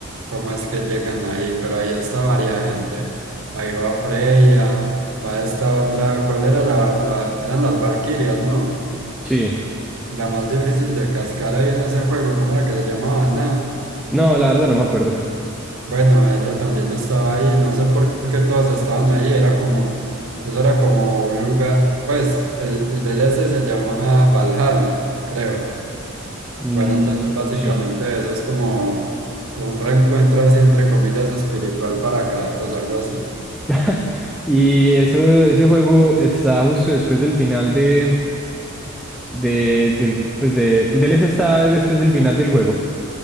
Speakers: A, on the right; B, in the centre.
A: cómo es que llegan ahí, pero ahí está varia gente. Ahí va Freya, va esta otra, ¿cuál era la, la- eran las Valquirias, ¿no?
B: Sí,
A: La más difícil de cascar ahí en ese juego, ¿cómo era que se llamaba? Ana.
B: no, la verdad no me acuerdo.
A: Bueno, ella también estaba ahí, no sé por qué todos estaban ahí, era como, eso era como un lugar, pues el, el DLC se llama Valhalla, creo.
B: Mm,
A: Bueno, entonces básicamente
B: sí.
A: eso es como un reencuentro así entre comillas espiritual para Kratos, algo así.
B: <laughs> Y eso, ese juego está justo después del final de, de, del, pues de, el DLC está después del final del juego.